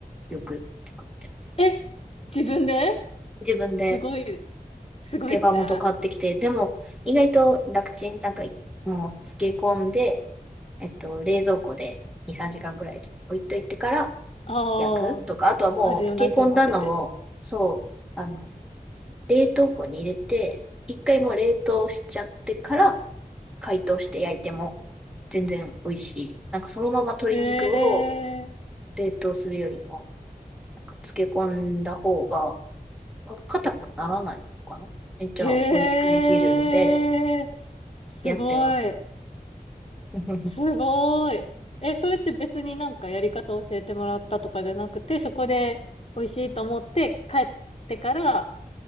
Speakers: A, in the centre; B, on the left (about 40°).
A: よく作ってます。
B: え、え、自分で
A: 自分で
B: すごい、すごいですね。
A: 手羽元買ってきて、
B: あ
A: でも意外と楽ちん、なんかもう漬け込んで、えっと、冷蔵庫で2、3時間ぐらい置いといてから、
B: あ、
A: 薬とか、あとはもう漬け込んだのを、
B: 味をなじませて。
A: そう、あの、冷凍庫に入れて、一回もう冷凍しちゃってから解凍して焼いても全然美味しい。なんかそのまま鶏肉を
B: へえ、
A: 冷凍するよりも、なんか漬け込んだ方が、なんか硬くならないのかな。めっちゃ美味しくできるんで、
B: へえ、すごい。
A: やってます。<laughs>
B: すごい。え、それって別になんかやり方教えてもらったとかじゃなくて、そこで美味しいと思って帰ってから